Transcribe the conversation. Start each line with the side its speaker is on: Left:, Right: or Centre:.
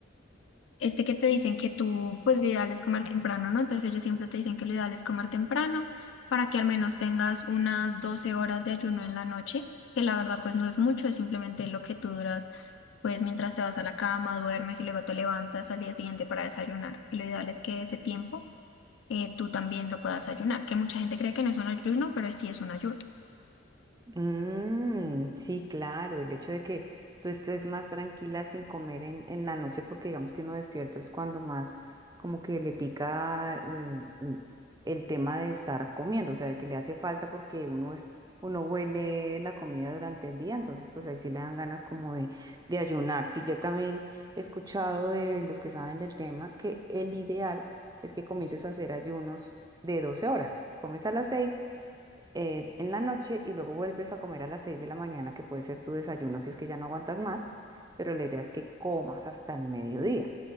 Left: este que te dicen que tú, pues lo ideal es comer temprano, ¿no? Entonces ellos siempre te dicen que lo ideal es comer temprano para que al menos tengas unas 12 horas de ayuno en la noche, que la verdad pues no es mucho, es simplemente lo que tú duras pues mientras te vas a la cama, duermes y luego te levantas al día siguiente para desayunar, y lo ideal es que ese tiempo eh, tú también lo puedas ayunar, que mucha gente cree que no es un ayuno, pero sí es un ayuno.
Right: Mm, sí, claro, el hecho de que tú estés más tranquila sin comer en, en la noche, porque digamos que uno despierto es cuando más como que le pica el, el- el tema de estar comiendo, o sea, de que le hace falta porque uno es, uno huele la comida durante el día, entonces pues ahí sí le dan ganas como de, de ayunar. Sí, yo también he escuchado de los que saben del tema que el ideal es que comiences a hacer ayunos de 12 horas. Comes a las 6 eh, en la noche y luego vuelves a comer a las 6 de la mañana, que puede ser tu desayuno si es que ya no aguantas más, pero la idea es que comas hasta el mediodía.